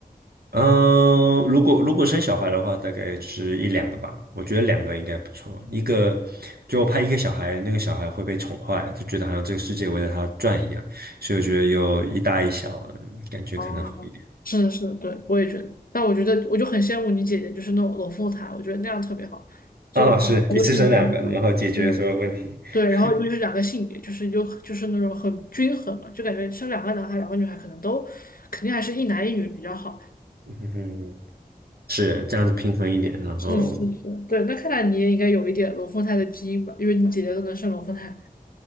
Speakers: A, on the right; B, on the left.
A: 嗯，如果如果生小孩的话，大概是一两个吧。我觉得两个应该不错。一个就我怕一个小孩，那个小孩会被宠坏，就觉得好像这个世界围着他转一样。所以我觉得有一大一小，嗯感觉可能好一点。
B: 哦，是是，对，我也觉得。但我觉得，我就很羡慕你姐姐，就是那种龙凤胎，我觉得那样特别好，
A: 哦，是一次生两个，
B: 都是一样大的。
A: 然后解决所有问题。
B: 对对，
A: <laughs>
B: 然后又是两个性别，就是就就是那种很均衡嘛，就感觉生两个男孩、两个女孩，可能都肯定还是一男一女比较好。
A: 嗯哼，是这样子平衡一点。然后
B: 是是是，对。那看来你也应该有一点龙凤胎的基因吧，因为你姐姐都能生龙凤胎。